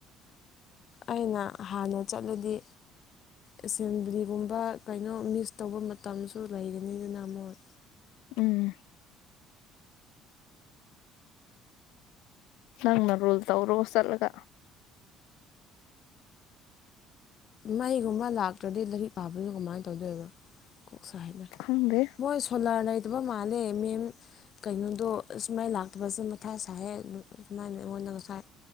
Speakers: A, on the left; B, on the left.
A: ꯑꯩꯅ ꯍꯥꯟꯅ ꯆꯠꯂꯗꯤ ꯑꯦꯁꯦꯝꯕ꯭ꯂꯤꯒꯨꯝꯕ ꯀꯩꯅꯣ ꯃꯤꯁ ꯇꯧꯕ ꯃꯇꯝꯁꯨ ꯂꯩꯒꯅꯤꯗꯅ ꯃꯣꯏ꯫
B: ꯎꯝ ꯅꯪꯅ ꯔꯨꯜ ꯇꯧꯔꯣ ꯆꯠꯂꯒ
A: ꯃꯩꯒꯨꯝꯕ ꯂꯥꯛꯇ꯭ꯔꯗꯤ ꯂꯥꯏꯔꯤꯛ ꯄꯥꯕꯅꯣ ꯀꯃꯥꯏꯅ ꯇꯧꯗꯣꯏꯕ꯫ ꯀꯣꯛ ꯁꯥ ꯍꯥꯏꯕꯅ
B: ꯈꯪꯗꯦ
A: ꯃꯣꯏ ꯁꯣꯂꯥꯔ ꯂꯩꯇꯕ ꯃꯥꯜꯂꯦ ꯃꯦꯝ ꯀꯩꯅꯣꯗꯣ ꯑꯁ ꯃꯩ ꯂꯥꯛꯇꯕꯁꯦ ꯃꯊꯥ ꯁꯥꯏꯍꯦ ꯑꯗꯨꯝ ꯁꯃꯥꯏꯅ ꯑꯩꯉꯣꯟꯗ ꯉꯁꯥꯏ